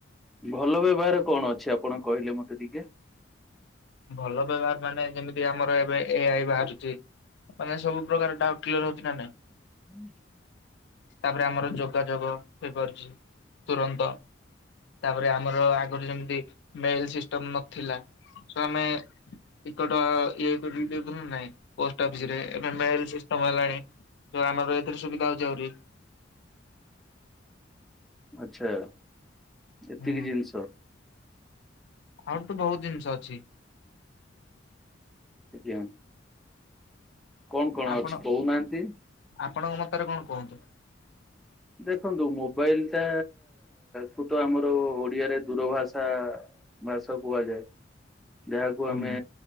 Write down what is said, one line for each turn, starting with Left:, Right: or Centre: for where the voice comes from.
Centre: ଭଲ ବ୍ୟବହାର କଣ ଅଛି ଆପଣ କହିଲେ ମତେ ଟିକେ?
Left: ଭଲ ବ୍ୟବହାର ମାନେ ଯେମିତି ଆମର ଏବେ ଏ ଆଇ ବାହାରୁଛି ମାନେ ସବୁ ପ୍ରକାର ଡାଉଟ କିଲିୟର ହଉଛି ନା ନାଇଁ।
Centre: <inaudible>
Left: ତାପରେ ଆମର ଯୋଗାଯୋଗ ହେଇପାରୁଛି ତୁରନ୍ତ। ତାପରେ ଆମର ଆଗରୁ ଯେମିତି ମେଲ ସିଷ୍ଟମ ନଥିଲା ସ ଆମେ ଟିକଟ ଇଏ କରିକି ଦେଉଥିଲେ ନାଇଁ ପୋଷ୍ଟ ଅଫିସ ରେ। ଏବେ ମେଲ ସିଷ୍ଟମ ହେଲାଣି ତ ଆମର ଏଥିରେ ସୁବିଧା ହଉଛି ଆହୁରି।
Centre: ଆଚ୍ଛା ଏତିକି
Left: ହୁଁ
Centre: ଜିନିଷ।
Left: ଆହୁରି ତ ବହୁତ ଜିନିଷ ଅଛି।
Centre: ଆଜ୍ଞା। କଣ କଣ
Left: ଆପଣ
Centre: ଅଛି କହୁନାହାନ୍ତି।
Left: ଆପଣଙ୍କ ମତରେ କଣ କୁହନ୍ତୁ।
Centre: ଦେଖନ୍ତୁ ମୋବାଇଲ ଟା କୁ ତ ଆମର ଓଡିଆରେ ଦୂର ଭାଷା ଭାଷା କୁହାଯାଏ ଯାହାକୁ
Left: ହୁଁ
Centre: ଆମେ